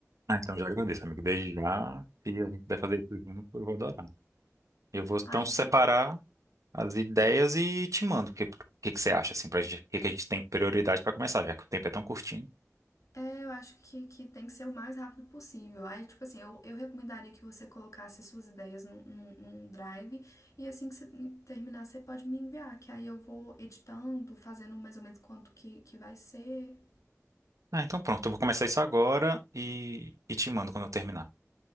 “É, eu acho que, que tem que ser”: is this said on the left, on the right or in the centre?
Left